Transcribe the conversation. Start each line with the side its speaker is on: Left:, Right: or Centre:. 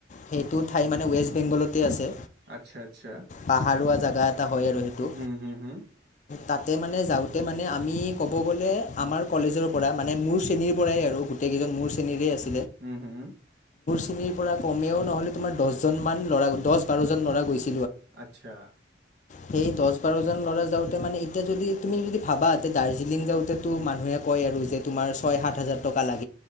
Left: সেইটো ঠাই মানে ৱেষ্ট বেংগলত ইয়াতে আছে
Right: আচ্ছা আচ্ছা
Left: পাহাৰোৱা জাগা এটা হয় আৰু সেইটো
Right: হুম হুম হুম
Left: তাতে মানে যাওঁতে মানে আমি ক'ব গ'লে আমাৰ কলেজৰ পৰা মানে মোৰ শ্ৰেণীৰ পৰাই আৰু গোটেই কেইজন মোৰ শ্ৰেণীৰে আছে
Right: উম হম উম
Left: খিনিৰ পৰা কমেও নহ'লে তোমাৰ দহজন মান ল'ৰা দহ বাৰজন ল'ৰা গৈছে।
Right: আচ্ছা
Left: সেই দহ বাৰজন ল'ৰা যাওঁতে মানে এতিয়া যদি তুমি যদি ভাবা এ দাৰ্জিলিং যাওঁতে তো মানুহে কয় আৰু যে তোমাৰ ছয় সাত হাজাৰ টকা লাগে।